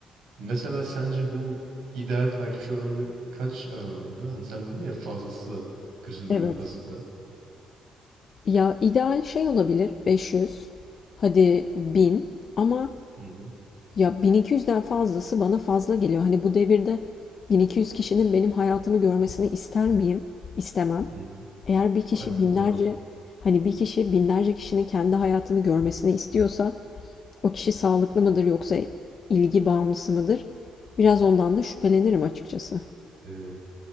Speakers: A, on the right; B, on the left.
A: Mesela sence bu ideal takipçi oranı kaç aralığında? Hani sen dedin ya fazlası da kötü duruyor,
B: Evet.
A: azı da.
B: Ya ideal şey olabilir 500 hadi bin ama
A: Hı hı.
B: Ya 1200'den fazlası bana fazla geliyor. Hani bu devirde 1200 kişinin benim hayatımı görmesini ister miyim? İstemem.
A: Hı hı.
B: Eğer bir kişi
A: Aynen
B: binlerce,
A: anlıyorum.
B: hani bir kişi binlerce kişinin kendi hayatını görmesini istiyorsa, o kişi sağlıklı mıdır yoksa ilgi bağımlısı mıdır? Biraz ondan da şüphelenirim açıkçası.
A: Ee,